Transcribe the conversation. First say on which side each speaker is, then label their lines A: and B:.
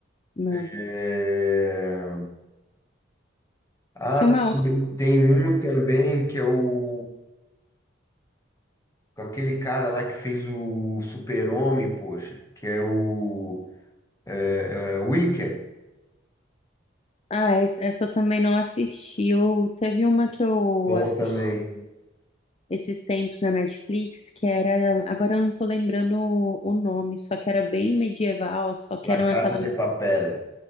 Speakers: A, on the left; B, on the left.
A: não.
B: É... Ah,
A: Tinha uma outra.
B: tem um também que é o com aquele cara lá que fez o Super-Homem, poxa, que é o é, é, Wicked.
A: Ah, essa, essa eu também não assisti. Eu, teve uma que eu
B: Bom
A: assisti
B: também.
A: esses tempos na Netflix, que era. Agora eu não tô lembrando o, o nome, só que era bem medieval, só que
B: La
A: eram
B: Casa
A: aquelas
B: de Papel.